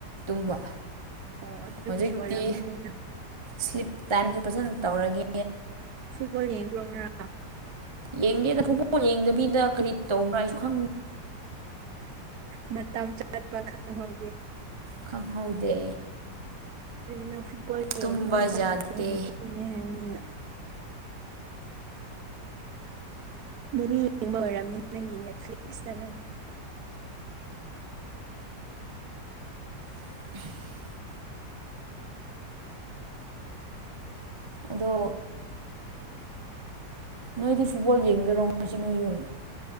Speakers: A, on the right (about 25°); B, on the right (about 60°).
A: ꯇꯨꯝꯕ
B: ꯑꯣ ꯑꯗꯨꯒꯤꯁꯨ
A: ꯍꯧꯖꯤꯛꯇꯤ
B: ꯑꯣꯏꯔꯝꯅꯤꯅ
A: ꯁ꯭ꯂꯤꯞ ꯇꯥꯏꯝꯁꯨ ꯐꯖꯅ ꯇꯧꯔꯒꯦ
B: ꯐꯨꯠꯕꯣꯜ ꯌꯦꯡꯉ꯭ꯔꯣ꯭ꯔꯥ
A: ꯌꯦꯡꯗꯦꯗ ꯐꯨꯠꯕꯣꯜ ꯌꯦꯡꯗꯕꯤꯗ ꯀꯔꯤ ꯇꯧꯕ꯭ꯔꯥ ꯍꯥꯏꯁꯨ ꯈꯪ
B: ꯃ ꯆꯥꯠ ꯄ ꯈ <unintelligible>
A: ꯈꯪꯍꯧꯗꯦ
B: ꯑꯗꯨꯅ ꯐꯨꯠꯕꯣꯜ
A: ꯇꯨꯝꯕ
B: ꯌꯦꯡ ꯈ ꯃꯈꯟꯕ
A: ꯌꯥꯗꯦ
B: ꯊꯦꯡꯅ ꯇꯨꯝꯃꯦ ꯍꯥꯏꯕꯅꯤꯅ ꯃꯨꯚꯤ ꯌꯦꯡꯕ ꯑꯣꯏꯔꯝꯅꯤ ꯅꯪꯒꯤ ꯅꯦꯠꯐ꯭ꯂꯤꯛꯁꯇ ꯅꯪ
A: <unintelligible> ꯑꯗꯣ ꯅꯣꯏꯗꯤ ꯐꯨꯠꯕꯣꯜ ꯌꯦꯡꯒꯦꯔꯣ ꯉꯁꯤ ꯅꯣꯏ ꯌꯨꯝ